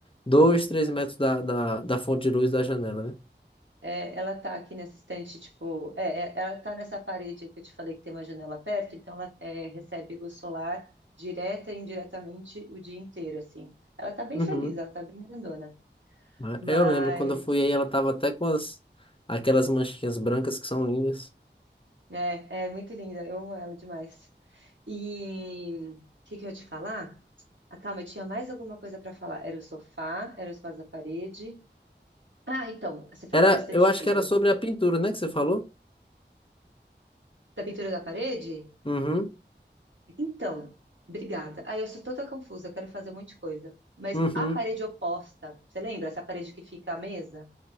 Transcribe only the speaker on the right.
é, ela tá aqui nessa estante, tipo, é, é, ela tá nessa parede aí que eu te falei que tem uma janela perto, então ela é, recebe luz solar direta e indiretamente o dia inteiro, assim. Ela tá bem
feliz, ela tá bem grandona.
Mas.
É, é muito linda, eu amo ela demais. E o que que eu ia te falar? Ah, calma, eu tinha mais alguma coisa para falar. Era o sofá, era os quadros da parede. Ah, então, você falou
da estante
de livro.
Da pintura da parede?
Então, obrigada. Ah, eu sou toda confusa, eu quero fazer um monte de coisa. Mas
a parede oposta, você lembra? Essa parede que fica a mesa?